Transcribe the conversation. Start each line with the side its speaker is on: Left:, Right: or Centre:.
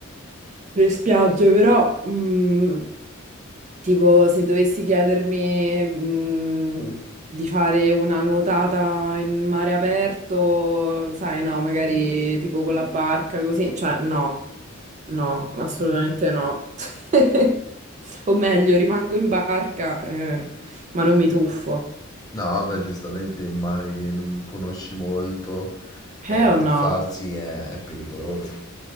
Right: le spiagge, però... mm, Tipo, se dovessi chiedermi, mh, di fare una nuotata in mare aperto, sai, no, magari tipo con la barca, così, cioè, no, no, assolutamente no. <laughs> O meglio, rimango in barca, eh, ma non mi tuffo.
Left: No, vabbè, giustamente il mare che non conosci molto, eh,
Right: Eh o
Left: tuffarsi
Right: no?
Left: è, è pericoloso.